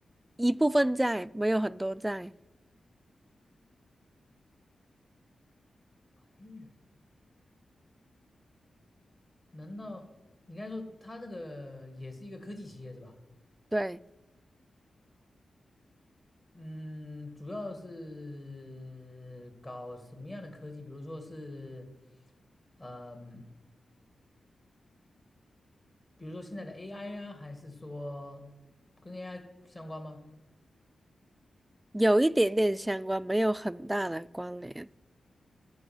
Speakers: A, on the right; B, on the left.
A: 一部分在，没有很多在，
B: 白人？难道你刚才说他这个也是一个科技企业是吧？
A: 对，
B: 嗯，主要是搞什么样的科技？比如说是，嗯、比如说现在的 AI 呀、还是说跟 AI 相关吗？
A: 有一点点相关，没有很大的关联。